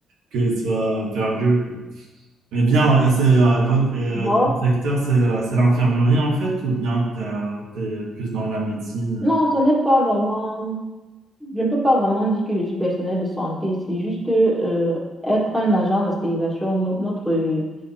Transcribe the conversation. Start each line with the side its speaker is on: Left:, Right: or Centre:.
Right: qu'elles soient perdues. quoi. Mais bien, euh, c'est euh, vo- et, euh,
Centre: Bon,
Right: ton secteur, c'est euh, c'est l'infirmerie en fait, ou bien tu es plus dans la médecine?
Centre: non, ce n'est pas vraiment. Je ne peux pas vraiment dire que je suis personnel de santé. C'est juste euh, être un agent d'hospitalisation. No- Notre,